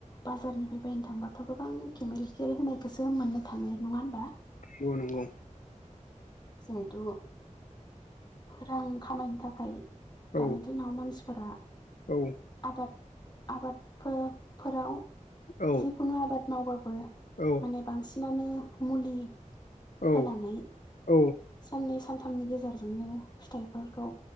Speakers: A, on the left; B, on the left.
A: बाजारनिफ्राय बायनो थांबाथ' गोबां केमिकेल होनायखौसो मोननो थाङो नङा होमबा
B: ग नंगौ
A: जिहेथु रां खामायनो थाखाय
B: औ
A: दानि दिनाव मानसिफोरा
B: औ
A: आबाद-आबाद फो-फोराव
B: औ
A: जिखुनु आबाद मावबाबो
B: औ
A: माने बांसिनानो मुलि
B: औ
A: होनानै
B: औ
A: साननै सानथामनि गेजेरजोंनो फिथाइफोरखौ